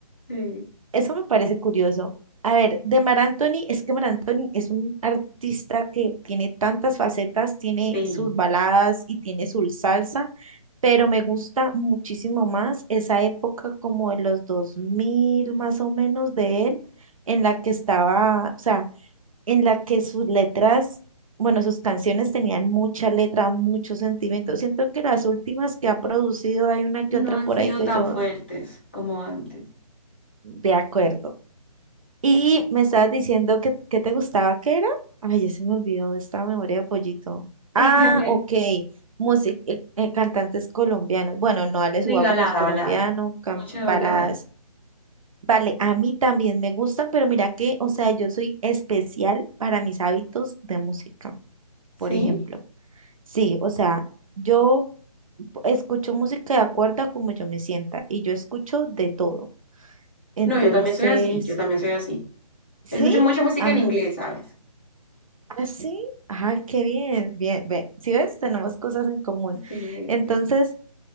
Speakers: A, on the left; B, on the right.
A: Sí.
B: Eso me parece curioso. A ver, de Mar Anthony, es que Mar Anthony es un artista que tiene tantas facetas, tiene
A: Sí,
B: sus baladas y tiene su salsa, pero me gusta muchísimo más esa época como de los 2000 más o menos de él, en la que estaba, o sea, en la que sus letras, bueno, sus canciones tenían mucha letra, mucho sentimiento. Siento que las últimas que ha producido hay una que
A: no
B: otra
A: han
B: por
A: sido
B: ahí que
A: tan
B: yo,
A: fuertes como antes.
B: de acuerdo. Y me estabas diciendo que, que te gustaba, ¿qué era? Ay, ya se me olvidó esta memoria de pollito.
A: <laughs>
B: Ah, ok. Música, cantantes colombianos. Bueno, no, Alex
A: Y
B: Ubago
A: balada,
B: no es colombiano,
A: balada.
B: can-
A: Mucho de
B: baladas.
A: balada.
B: Vale, a mí también me gustan, pero mira que, o sea, yo soy especial para mis hábitos de música,
A: ¿Sí?
B: por ejemplo. Sí, o sea, yo escucho música de acuerdo a como yo me sienta y yo escucho de todo. Entonces,
A: No, yo también soy así, yo también soy así.
B: sí.
A: Escucho mucha música
B: ah,
A: en inglés, ¿sabes?
B: ¿Ah, sí? Ah, qué bien, bien, ve. Si ves, tenemos cosas en común.
A: Sí,
B: Entonces,
A: sí,